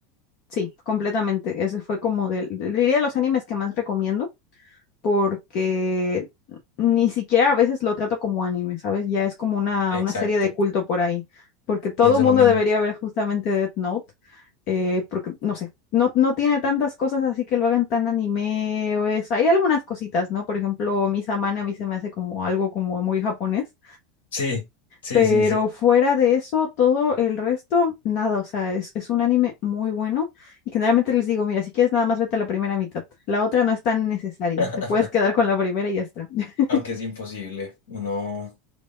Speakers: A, on the left; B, on the left.
A: Sí, completamente. Ese fue como del, diría de los animes que más recomiendo porque ni siquiera a veces lo trato como anime, ¿sabes? Ya es como una,
B: Exacto,
A: una serie de culto por ahí, porque todo
B: pienso
A: mundo
B: lo mismo.
A: debería ver justamente Death Note, eh, porque no sé, no, no tiene tantas cosas así que lo hagan tan anime o eso. Hay algunas cositas, ¿no? Por ejemplo, Misamane a mí se me hace como algo como muy japonés
B: Sí, sí,
A: Pero
B: sí, sí.
A: fuera de eso, todo el resto, nada, o sea, es, es un anime muy bueno y generalmente les digo, mira, si quieres nada más vete a la primera mitad, la otra no es tan necesaria,
B: <laughs>
A: te puedes quedar con la primera y ya está. <laughs>
B: Aunque es imposible, uno,